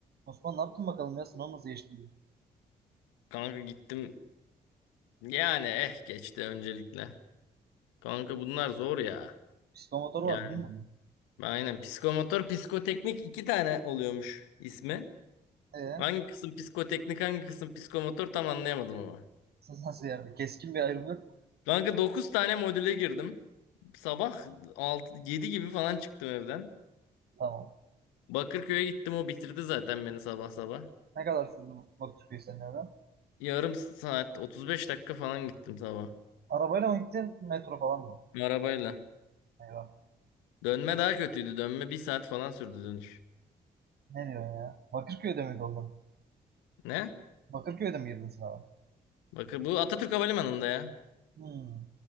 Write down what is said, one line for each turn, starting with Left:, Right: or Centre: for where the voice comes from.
Right: Osman ne yaptın bakalım ya? Sınav nasıl geçti?
Left: Kanka gittim. Yani eh geçti öncelikle. Kanka bunlar zor ya.
Right: Pistol motoru
Left: Yani
Right: vardı değil mi bunun?
Left: aynen psikomotor, psikoteknik iki tane oluyormuş ismi.
Right: Ee,
Left: Hangi kısım psikoteknik, hangi kısım psikomotor tam anlayamadım ama.
Right: siz nasıl yani? Keskin bir ayrım yok mu?
Left: Kanka 9 tane modüle girdim. Sabah 6 7 gibi falan çıktım evden.
Right: Tamam.
Left: Bakırköy'e gittim o bitirdi zaten beni sabah sabah.
Right: Ne kadar sürdü bu Bakırköy senin eve?
Left: Yarım saat 35 dakika falan gittim sabah.
Right: Arabayla mı gittin? Metro falan mı?
Left: Arabayla.
Right: Eyvah.
Left: Dönme daha kötüydü. Dönme bir saat falan sürdü dönüş.
Right: Ne diyorsun ya? Bakırköy'de miydi onlar?
Left: Ne?
Right: Bakırköy'de mi girdin sınava?
Left: Bakın bu Atatürk Havalimanı'nda ya.
Right: Hmm.